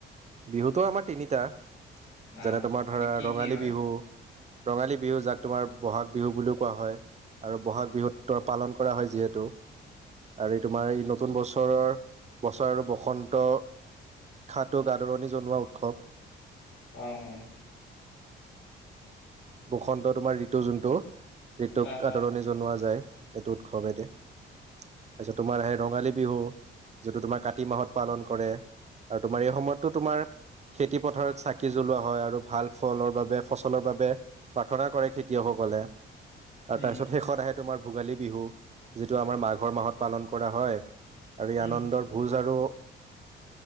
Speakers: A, on the right; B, on the left.
A: বিহুতটো আমাৰ তিনিটা
B: আহ
A: যেনে তোমাৰ ধৰা
B: এনে কি
A: ৰঙালী
B: কি হয়
A: বিহু ৰঙালী বিহু যাক তোমাৰ বহাগ বিহু বুলিও কোৱা হয়। আৰু বহাগ বিহুত্বৰ পালন কৰা হয় যিহেতু। আৰু এই তোমাৰ এই নতুন বছৰৰ বছৰ আৰু বসন্ত খাটোক আদৰণি জনোৱা উৎসৱ।
B: হয় হয়।
A: বসন্ত তোমাৰ ঋতু যোনটো ঋতুক
B: আহ
A: আদৰণি
B: আহ
A: জনোৱা যায়। এইটো উৎসৱ এনে তাৰপিছত তোমাৰ সেই ৰঙালী বিহু যিটো তোমাৰ কাতি মাহত পালন কৰে আৰু তোমাৰ এই সময়ততো তোমাৰ খেতি পথাৰত চাকি জ্বলোৱা হয় আৰু ভাল ফলৰ বাবে ফচলৰ বাবে। প্ৰাৰ্থনা কৰে খেতিয়কসকলে আৰ
B: উম
A: তাৰপিছত শেষত আহে তোমাৰ ভোগালী বিহু যিটো আমাৰ মাঘৰ মাহত পালন কৰা হয় আৰু এই
B: উম
A: আনন্দৰ ভোজ আৰু